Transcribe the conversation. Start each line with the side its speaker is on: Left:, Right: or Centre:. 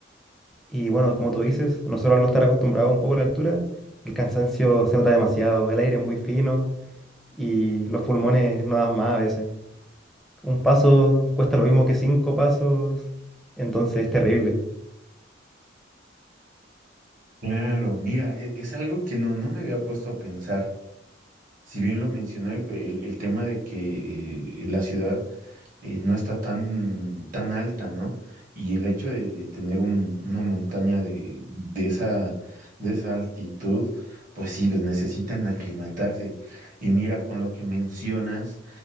Centre: Y bueno, como tú dices, nosotros al no estar acostumbrados un poco a la altura, el cansancio se nota demasiado, el aire es muy fino y los pulmones no dan más a veces. Un paso cuesta lo mismo que cinco pasos, entonces es terrible.
Right: Claro, mira, e- es algo que no, no me había puesto a pensar. Si bien lo mencioné, pe- el, el tema de que eh, la ciudad eh, no está tan, tan alta, ¿no? Y el hecho de, de tener un- una montaña de, de esa, de esa altitud, pues sí, pues necesitan aclimatarse. Y mira, con lo que mencionas,